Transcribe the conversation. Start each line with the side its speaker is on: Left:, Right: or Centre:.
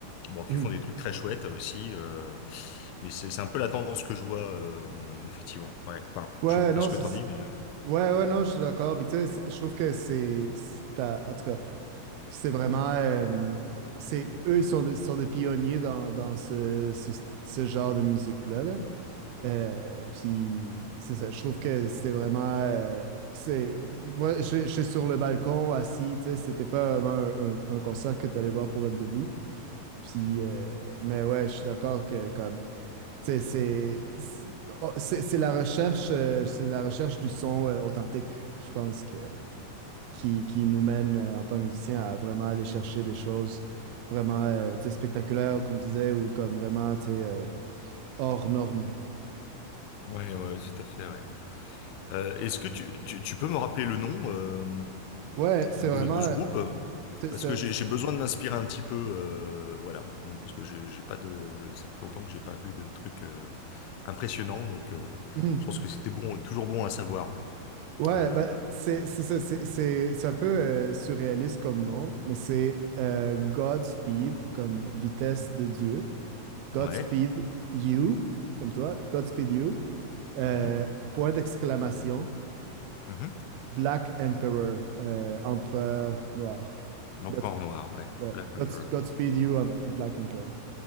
Left: bon qui
Right: Mhm.
Left: font des trucs très chouettes aussi, euh, mais c'est c'est un peu la tendance que je vois euh, effectivement. Ouais. Enfin,
Right: Ouais,
Left: je sais pas
Right: non,
Left: ce que
Right: c'est...
Left: t'en dis, mais
Right: Ouais, ouais, non, je suis d'accord. Puis tu sais, c'est- je trouve que c'est... c'est à- En tout cas, c'est vraiment... euh, c'est... Eux, ils sont des, sont des pionniers dans, dans ce, ce, ce genre de musique-là, là. Euh, puis c'est ça, je trouve que c'est vraiment... euh, c'est... Moi, je, je suis sur le balcon, assis, tu sais, c'était pas vraiment un, un- un concert que tu allais voir pour être debout. Puis... euh, mais ouais, je suis d'accord que comme... C'est c'est- c'est- oh, c'est- c'est la recherche, euh, c'est la recherche du son euh, authentique, je pense, que, qui, qui nous mène euh, en tant que musicien à vraiment aller chercher des choses vraiment euh, tu sais, spectaculaires, comme tu disais, ou comme vraiment tu sais, euh, hors norme.
Left: ouais ouais, tout à fait ouais. Euh, est-ce que tu, tu tu peux me rappeler le nom? euh,
Right: Ouais, c'est
Left: de,
Right: vraiment.
Left: de ce groupe euh,
Right: c'est-
Left: parce
Right: c'est-
Left: que j'ai
Right: c'est-
Left: j'ai besoin de m'inspirer un petit peu euh, voilà bon, parce que j'ai j'ai pas de ça fait longtemps que j'ai pas vu de trucs euh, impressionnants donc euh,
Right: hmm.
Left: je pense que c'était bon toujours bon à savoir
Right: Ouais,
Left: euh,
Right: ben, c'est c'est ça, c'est- c'est- c'est un peu euh, surréaliste comme nom, mais c'est euh, Godspeed, comme vitesse de Dieu. Godspeed
Left: ouais
Right: You, comme toi. Godspeed You. Euh,
Left: mhm,
Right: point d'exclamation,
Left: mhm.
Right: Black Emperor, euh, empereur noir.
Left: L'Empereur
Right: Gods-
Left: Noir ouais
Right: ouais.
Left: Black
Right: Gods-
Left: Emperor
Right: Godspeed you, um, Black Emperor.